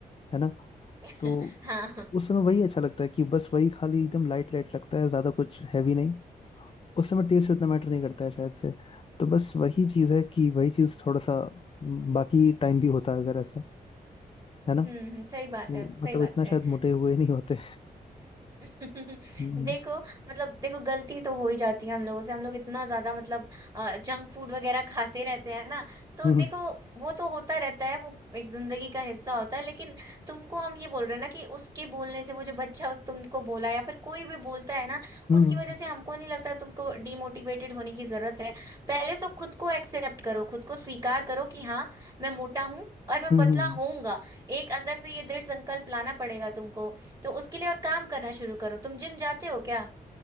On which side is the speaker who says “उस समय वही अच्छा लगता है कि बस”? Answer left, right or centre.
Left